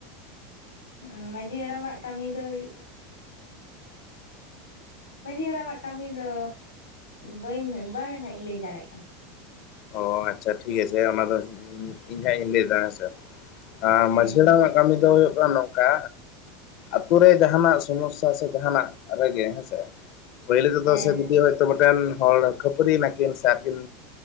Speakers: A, on the left; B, on the left.
A: ᱦᱩ ᱢᱟᱹᱡᱷᱤ ᱦᱟᱲᱟᱢᱟᱜ ᱠᱟᱹᱢᱤ ᱫᱚ ᱦᱩᱭᱩᱜ ᱢᱟᱹᱡᱷᱤ ᱦᱟᱲᱟᱢᱟᱜ ᱠᱟᱹᱢᱤ ᱫᱚ ᱵᱟᱹᱧ ᱵᱟᱝ ᱱᱟᱜ ᱤᱧ ᱞᱟᱹᱭ ᱫᱟᱲᱮᱭᱟᱜ ᱠᱟᱱᱟ
B: ᱚ ᱟᱪᱪᱷᱟ ᱴᱷᱤᱠ ᱟᱪᱷᱮ ᱚᱱᱟ ᱫᱚ ᱤᱧ ᱦᱟᱸᱜ ᱤᱧ ᱞᱟᱹᱭᱟ ᱦᱮᱸᱥᱮ ᱟᱸᱻ
A: ᱦᱮᱸ
B: ᱢᱟᱹᱡᱷᱤ ᱦᱟᱲᱟᱢᱟᱜ ᱠᱟᱹᱢᱤ ᱫᱚ ᱦᱩᱭᱩᱜ ᱠᱟᱱᱟ ᱱᱚᱠᱟ᱾ ᱟᱛᱳ ᱨᱮ ᱡᱟᱦᱟᱱᱟᱜ ᱥᱚᱢᱚᱥᱟ ᱥᱮ ᱡᱟᱦᱟᱱᱟᱜ ᱨᱮᱜᱮ ᱦᱮᱸᱥᱮ ᱯᱟᱹᱭᱞᱳ ᱛᱮᱫᱚ
A: ᱦᱮᱸ
B: ᱥᱮ ᱡᱩᱫᱤ ᱦᱚᱭᱛᱳ ᱢᱤᱫᱴᱮᱱ ᱦᱚᱲ ᱠᱷᱟᱹᱯᱟᱹᱨᱤᱭ ᱱᱟᱠᱤᱱ ᱥᱮ ᱟᱹᱠᱤᱱ